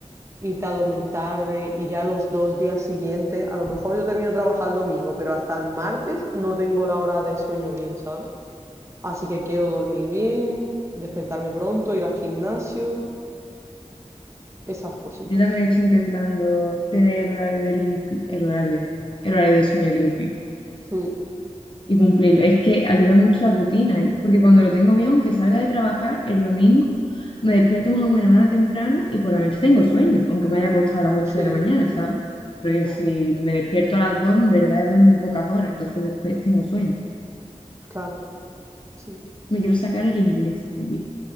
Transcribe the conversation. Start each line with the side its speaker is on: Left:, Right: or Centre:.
Right: irte a dormir tarde y ya los dos días siguientes, a lo mejor yo termino de trabajar el domingo, pero hasta el martes no tengo la hora de sueño bien, ¿sabes? Así que quiero dormir bien, despertarme pronto, ir al gimnasio, esas cositas.
Left: Yo también estoy intentando tener horario de limpio, el horario, el horario de sueño limpio.
Right: Mm,
Left: y cumplirlo. Es que ayuda mucho la rutina, ¿eh? Porque cuando lo tengo bien, aunque salga de trabajar el domingo, me despierto más o menos una hora temprano y por la noche tengo sueño, aunque me haya acostado a las ocho
Right: Sí,
Left: de la mañana, ¿sabes? Porque
Right: ya,
Left: si me despierto a las dos en verdad he dormido pocas horas, entonces después tengo sueño.
Right: claro, sí.
Left: Me quiero sacar el inglés también.